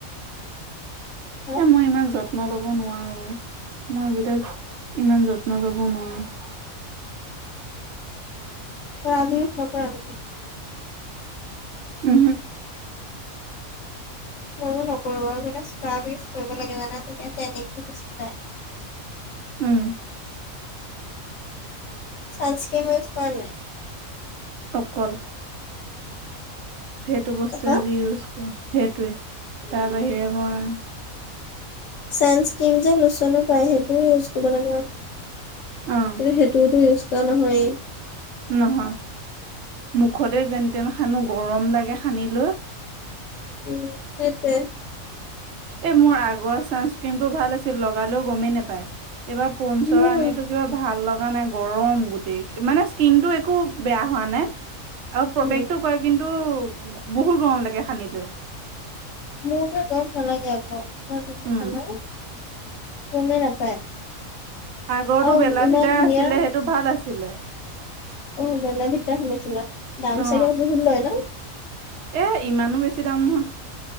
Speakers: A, on the left (about 70°); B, on the right (about 60°).
A: হা
B: এ মই ইমান যত্ন ল'ব নোৱাৰো এ, মই এইবিলাক ইমান যত্ন ল'ব নোৱাৰো।
A: ত আমিচ নকো আগমি <inaudible>
B: উমহুম।
A: ময়ো নকৰো বাৰু কিন্তু স্ক্ৰাব ইউজ কৰিব লাগে জানা তেতিয়া তেনিংটো গুচি যায়।
B: উম।
A: চানস্কিম ইউজ কৰা নে নাই?
B: অকল সেইটো বস্তুৱে
A: হা
B: যি ইউজ কৰো সেইটোৱে, তাৰ বাহিৰে মই
A: সানসক্ৰীম যে লুচনো পাই সেইটো ইউজ <unintelligible> কিন্তু
B: অ
A: সেইটোতো ইউজ কৰা নহয়েই।
B: নহয় মুখতে যেনতেন সানো, গৰম লাগে সানি লৈ।
A: উম সেইটোৱে।
B: এ মোৰ আগৰ চানস্ক্ৰ্ৰীম টো ভাল আছিল লগালেও গমেই নোপায়, এইবাৰ পঞ্চৰ
A: মোৰ
B: অনিলো কিবা ভাল লগা নাই গৰম গোটেই মানে স্কিনটো একো বেয়া হোৱা নাই আৰু প্ৰত্যেকতটো
A: উম
B: কৰে, কিন্তু বহুত গৰম লাগে সানিলৈ।
A: মোৰতো গৰম নালাগে আকৌ, মই যদি
B: উম
A: সানো গমেই নাপায়।
B: আগৰটো
A: আৰু
B: বেলভিতাৰ
A: ইমান ধুনীয়া
B: আছিলে, সেইটো ভাল আছিলে।
A: অ বেলাভিটা সানিছিলা, দাম
B: অ
A: চাগে বহুত লয় ন?
B: এ ইমানো বেছি দাম নহয়।